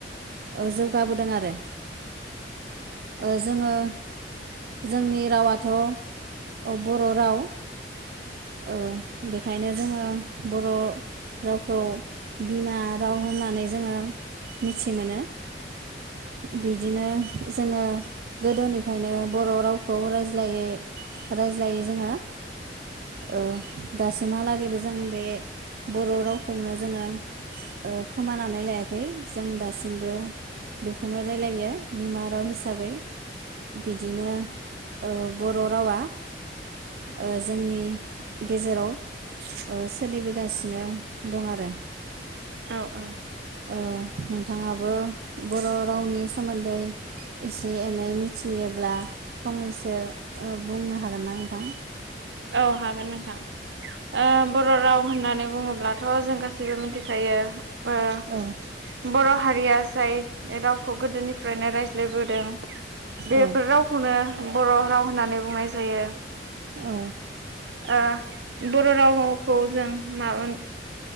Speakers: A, on the right; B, on the right.
A: ओ जौगाबोदों आरो। ओ जोङो जोंनि रावाथ' औ बर' राव ओ बेखायनो जोङो बर' रावखौ बिमा राव होननानै जोङो मिथि मोनो बिदिनो जोङो गोदोनिफ्रायनो बर' रावखौ रायज्लायै रायज्लायै जोङो ओ दास सिमहालागैबो जों बे बर' रावखौनो जोङो ओ खोमानानै लायाखै जों दासिमबो बेखौनो रायलायो बिमा राव हिसाबै बिदिनो औ बर' रावा ओ जोंनि गेजेराव ओ सोलिबोगासिनो दं आरो
B: औ औ
A: ओ नोंथाङाबो बर' रावनि सोमोन्दै एसे एनै मि थियोब्ला फंनैसो ओ बुंनो हागोन ना नों ना
B: औ हागोन नोंथां। ओ बर' राव होनना नै बुङोब्लाथ' जों गासैबो मिथिखायो। ओ
A: औ
B: बर' हारिया जाय रावखौ गोदोनिफ्रायनो रायज्लायबोदों। बेफोर
A: औ
B: रावखौनो। बर' राव होननानै बुंनाय जायो।
A: औ।
B: ओ बर' रावखौ जों माब